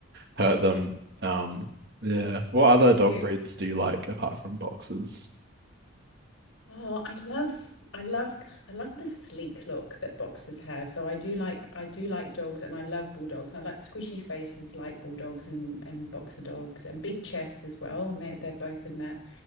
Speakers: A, on the right (about 50°); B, on the left (about 70°).
A: hurt them. Um, yeah. What other dog
B: cute.
A: breeds do you like apart from boxers?
B: Oh, I love, I love, I love the sleek look that boxers have. So I do like, I do like dogs, and I love bulldogs. I like squishy faces, like bulldogs and and boxer dogs, and big chests as well. And they're they're both in that